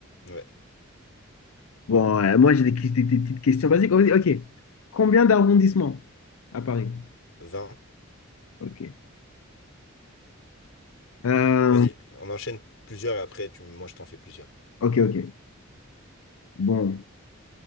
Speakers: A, on the left; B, on the left.
A: Ouais.
B: Bon, euh, moi, j'ai des, qui- des- des petites questions basiques. Vas-y, ok. Combien d'arrondissements à Paris?
A: vingt
B: Ok. Euh,
A: Vas-y, on enchaîne plusieurs et après, tu... moi, je t'en fais plusieurs.
B: ok, ok. Bon.